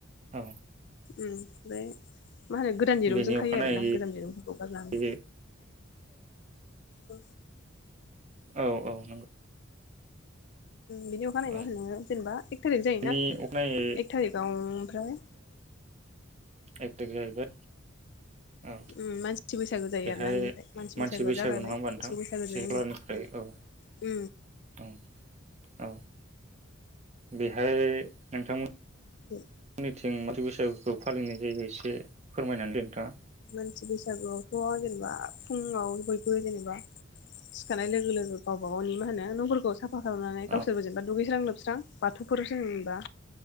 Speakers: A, on the right; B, on the left.
A: औ
B: उम बे मा होनो गोदान दिरुंजों
A: बेनि
B: खायो
A: अखानायै
B: आरोना गोजान दिरुंफोरखौ गारनानै
A: जोंहा
B: औ
A: औ औ नंगौ
B: बिनि अखानायै मा
A: औ
B: होनो जेनेबा एक थारिक जायोना
A: बेनि अखानायैथ'
B: एक थारिकाव ओमफ्राय
A: एथ थारिग जाहैबाय औ
B: उम मानसि बैसागु जायो
A: बेहाय
B: आरोना बेनिफ्राय मानसि बैसागोआ
A: बैसागु
B: जागायबाय
A: नङा होमबा
B: मोसौ
A: नोंथां
B: बैसागो
A: से
B: जनि
A: खालारनिफ्राय
B: उनाव
A: औ औ औ बेहाय नोंथांमोन
B: औ
A: निथिं माथि बैसागुखौ फालिनाय जायो एसे फोरमायनानै होदो नोंथाङा
B: मानसि बैसागुआवथ' जेनेबा फुङाव बयबो जेनेबा सिखारनाय लोगो लोगो गावबा गावनि मा होनो न'फोरखौ साफा साफा खालामनानै गावसोर
A: औ
B: जेनेबा दुगैस्रां लोबस्रां स्रां बाथौफोर जों जेनेबा